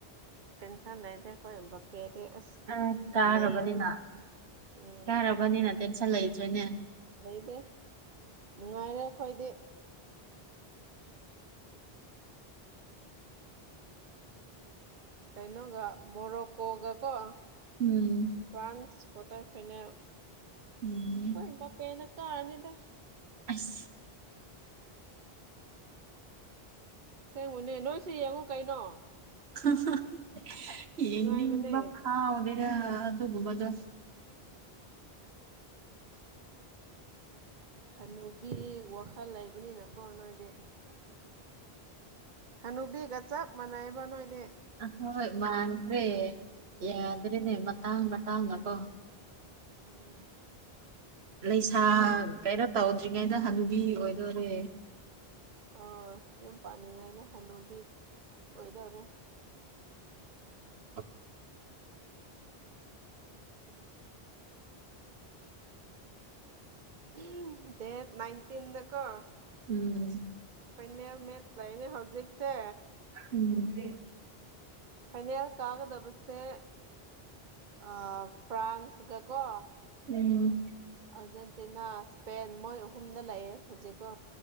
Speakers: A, on the right; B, on the right.
A: ꯇꯦꯟꯁꯟ ꯂꯩꯗꯦ ꯈꯣꯏ ꯑꯦꯝꯕꯄꯦꯗꯤ ꯑꯁ
B: ꯑ ꯀꯥꯔꯕꯅꯤꯅ
A: ꯅꯩꯕꯅꯦ ꯎꯝ
B: ꯀꯥꯔꯕꯅꯤꯅ ꯇꯦꯟꯁꯟ ꯂꯩꯇ꯭ꯔꯦꯅꯦ
A: ꯂꯩꯗꯦ ꯅꯨꯡꯉꯥꯏꯔꯦ ꯑꯩꯈꯣꯏꯗꯤ ꯀꯩꯅꯣꯒ ꯃꯣꯔꯣꯀꯣꯒꯀꯣ
B: ꯎꯝ
A: ꯐ꯭ꯔꯥꯟꯁ ꯀꯣꯇꯔ ꯐꯥꯏꯅꯦꯜ
B: ꯎꯝ
A: ꯈꯣꯏꯕꯄꯦꯅ ꯀꯥꯔꯅꯤꯗ
B: ꯑꯁ
A: ꯑꯁꯦꯡꯕꯅꯦ ꯅꯣꯏꯁꯨ ꯌꯦꯡꯉꯨ ꯀꯩꯅꯣ
B: ꯑꯍꯥꯍꯥꯍꯥ ꯌꯦꯡꯅꯤꯕ
A: ꯅꯨꯡꯉꯥꯏꯕꯅꯦ
B: ꯐꯥꯎꯗꯦ ꯌꯥ ꯑꯗꯨꯒꯨꯝꯕꯗꯣ
A: ꯍꯅꯨ ꯕꯤ ꯋꯥꯈꯜ ꯂꯩꯕꯅꯤꯅꯀꯣ ꯅꯣꯏꯗꯤ ꯍꯅꯨꯕꯤꯒ ꯆꯞ ꯃꯥꯟꯅꯩꯕ ꯅꯣꯏꯗꯤ
B: ꯍꯣꯏ ꯃꯥꯟꯈ꯭ꯔꯦ ꯌꯥꯗ꯭ꯔꯔꯤꯅꯦ ꯃꯇꯥꯡ ꯃꯇꯥꯡꯅꯀꯣ
A: ꯎꯝ
B: ꯂꯩꯁꯥ
A: ꯑꯩꯈꯣꯏ
B: ꯀꯩꯅꯣ ꯇꯧꯗ꯭ꯔꯤꯉꯩꯗ ꯍꯅꯨꯕꯤ ꯑꯣꯏꯗꯣꯔꯦ
A: ꯑꯣ ꯌꯨꯝ ꯄꯥꯟꯅꯤꯡꯉꯩꯗ ꯍꯅꯨꯕꯤ ꯑꯣꯏꯗꯧꯔꯦ
B: <inaudible>
A: ꯑꯍꯝ ꯗꯦꯠ ꯅꯥꯏꯟꯇꯤꯟ ꯗ ꯀꯣ
B: ꯎꯝ
A: ꯐꯥꯏꯅꯦꯜ ꯃꯦꯠꯆ ꯂꯩꯅꯦ ꯍꯧꯖꯤꯛꯁꯦ
B: ꯎꯝ
A: ꯐꯥꯏꯅꯦꯜ ꯀꯥꯒꯗꯕꯁꯦ ꯑꯥ ꯐ꯭ꯔꯥꯟꯁ ꯒ ꯀꯣ
B: ꯎꯝ
A: ꯑꯔꯖꯦꯟ ꯇꯦꯅꯥ ꯁꯄꯦꯟ ꯃꯣꯏ ꯑꯍꯨꯝꯗ ꯂꯩꯑꯦ ꯍꯧꯖꯤꯛꯀꯣ